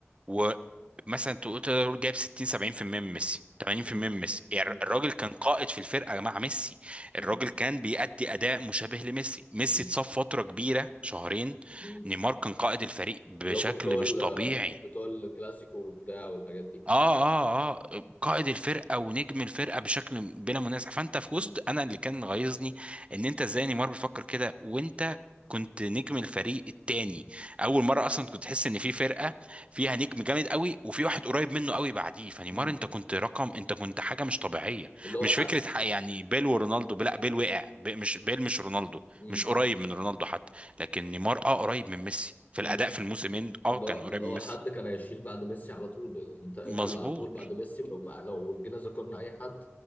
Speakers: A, on the right (about 25°); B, on the left (about 40°).
A: ومثلا تقول تقدر تقول جايب 60 70% من ميسي 80%
B: مم.
A: من ميسي يعني
B: مم.
A: الراجل كان قائد في الفرقه مع ميسي
B: مم.
A: الراجل كان بيأدي اداء مشابه لميسي ميسي
B: مم.
A: اتصاب فتره كبيره شهرين
B: مم.
A: نيمار كان قائد الفريق بشكل
B: اللي هم بتوع ال
A: مش طبيعي
B: بتوع الكلاسيكو وبتاع والحاجات دي
A: اه اه اه قائد الفرقه ونجم الفرقه بشكل بلا منازع فانت في
B: مم.
A: وسط انا اللي كان غيظني ان انت ازاي نيمار بيفكر كده وانت كنت نجم الفريق التاني اول مره اصلا كنت تحس ان في فرقه فيها نجم جامد قوي وفي واحد قريب منه قوي بعديه فنيمار
B: مم.
A: انت كنت رقم انت كنت حاجه مش طبيعيه
B: اللي هو
A: مش
B: حد
A: فكره ح- يعني بيل ورونالدو لا بيل وقع ب- مش بيل مش رونالدو
B: مم.
A: مش قريب من رونالدو حتى لكن نيمار اه قريب من ميسي في
B: مم.
A: الاداء في الموسمين اه
B: اللي
A: كان
B: هو
A: قريب
B: اللي
A: من
B: هو
A: ميسي
B: حد كان هيشيل بعد ميسي على طول انت انت
A: مظبوط
B: اللي على طول بعد ميسي لو ما لو جينا ذكرنا اي حد